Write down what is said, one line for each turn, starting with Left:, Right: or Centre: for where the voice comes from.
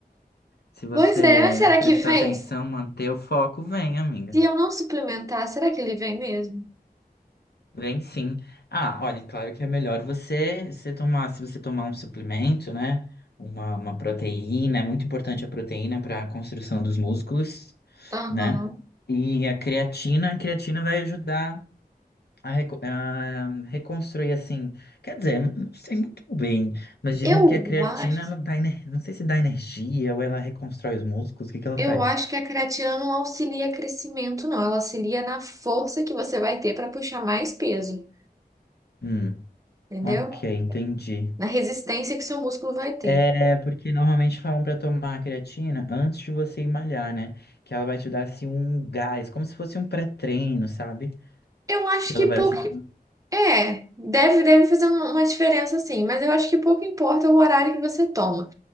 Left: Se você
Right: pois é, mas será
Left: prestar
Right: que vem?
Left: atenção,
Right: Se
Left: manter o foco, vem, amiga.
Right: eu não suplementar, será que ele vem mesmo?
Left: Vem sim. Ah, olha, claro que é melhor você, você tomar, se você tomar um suplemento, né? Uma, uma proteína, é muito importante a proteína para a construção dos músculos,
Right: Aham.
Left: né? E a creatina, a creatina vai ajudar a, reco- a reconstruir, assim. Quer dizer, não, não sei muito bem, mas dizem
Right: Eu
Left: que a creatina,
Right: acho,
Left: ela dá, ener- não sei se dá energia ou ela reconstrói os músculos, o que que ela faz?
Right: eu acho que a creatina não auxilia crescimento, não. Ela auxilia na força que você vai ter para puxar mais peso,
Left: Hum,
Right: entendeu?
Left: ok, entendi.
Right: Na resistência que seu músculo vai ter.
Left: É, porque normalmente falam pra tomar a creatina antes de você ir malhar, né? Que ela vai te dar assim um gás, como se fosse um pré-treino, sabe?
Right: Eu acho
Left: Que
Right: que
Left: ela vai
Right: pouco.
Left: te dar.
Right: É, deve, deve fazer uma, uma diferença sim, mas eu acho que pouco importa o horário que você toma.